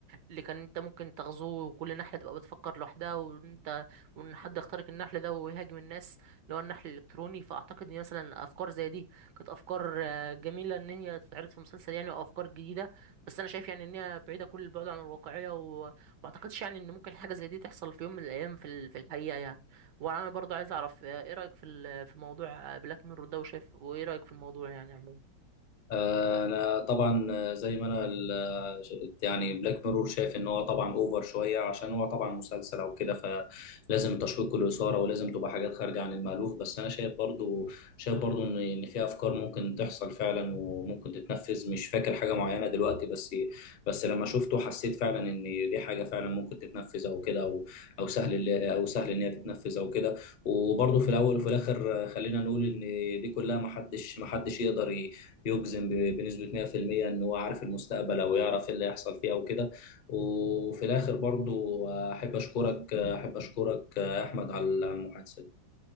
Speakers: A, on the right; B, on the left.
A: اللي كان انت ممكن تغزوه وكل نحله تبقى بتفكر لوحدها وانت وان حد يخترق النحل ده ويهاجم الناس اللي هو النحل الالكتروني فاعتقد ان مثلا افكار زي دي كانت افكار آه، جميله ان هي تتعرض في مسلسل يعني وافكار جديده بس انا شايف يعني ان هي بعيده كل البعد عن الواقعيه ما اعتقدش يعني ان ممكن حاجه زي دي تحصل في يوم من الايام في ال- في الحقيقه يعني وانا برضو عايز اعرف آه، ايه رايك في ال- في موضوع بلاك ميرور ده وشايف وايه رايك في الموضوع يعني عموما
B: آه، انا طبعا آه، زي ما انا ال- آه، يعني بلاك ميرور شايف ان هو طبعا اوفر شويه عشان هو طبعا مسلسل او كده فلازم التشويق والاثاره ولازم تبقى حاجات خارجه عن المألوف بس انا شايف برضو شايف برضو ان ان في افكار ممكن تحصل فعلا وممكن تتنفذ مش فاكر حاجه معينه دلوقتي بس بس لما شفته حسيت فعلا ان دي حاجه فعلا ممكن تتنفذ او كده او او سهل اللي- او سهل ان هي تتنفذ او كده وبرضو في الاول وفي الاخر خلينا نقول ان دي كلها محدش محدش يقدر يجزم ب- بنسبة 100% إن هو عارف المستقبل أو يعرف إيه اللي هيحصل فيه أو كده وفي الآخر برضو آه، أحب أشكرك آه، أحب أشكرك يا أحمد على على المحادثة